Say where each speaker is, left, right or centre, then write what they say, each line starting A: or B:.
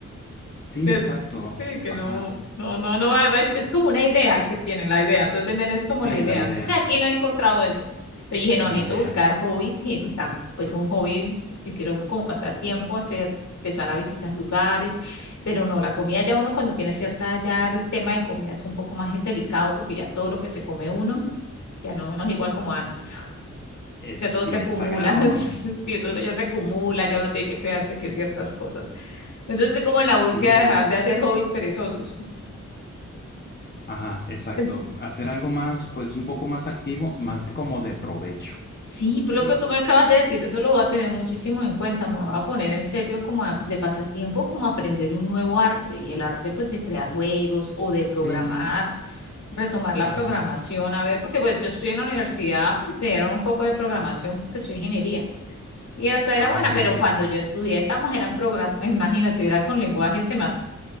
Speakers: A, on the left; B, on the left.
A: Sí,
B: es,
A: exacto.
B: sí, que
A: Ajá.
B: no, no, no, no, va, va, es que es como una idea que tienen, la idea, entonces venden es como
A: Sí,
B: la idea.
A: la idea,
B: Entonces aquí no he encontrado eso. Yo dije, no,
A: la
B: necesito
A: idea
B: buscar hobbies que pues, tan, pues un hobby, yo quiero como pasar tiempo, hacer, empezar a visitar lugares, pero no, la comida ya uno cuando tiene cierta, ya el tema de comida es un poco más delicado porque ya todo lo que se come uno ya no, no es igual como antes
A: es
B: ya todo se
A: y
B: acumula,
A: es sagrado,
B: <laughs>
A: ¿no?
B: entonces sí, todo ya se acumula, ya uno tiene que cuidarse que ciertas cosas. Entonces estoy como en la búsqueda
A: Sí, es,
B: de dejar de hacer hobbies perezosos.
A: ajá, exacto.
B: En-
A: Hacer algo más, pues un poco más activo, más de como de provecho
B: Sí,
A: sería.
B: por lo que tú me acabas de decir, eso lo voy a tener muchísimo en cuenta, me voy a poner en serio como a- de pasatiempo, como aprender un nuevo arte y el arte pues de crear juegos o de programar,
A: Sí,
B: retomar la
A: ajá,
B: programación, a ver, porque pues yo estoy en la universidad, me enseñaron un poco de programación porque soy ingeniería. Y esa era
A: Ah,
B: buena,
A: ok,
B: pero
A: sí.
B: cuando yo estudié, estábamos, eran programas, imagínate, era con lenguaje C++.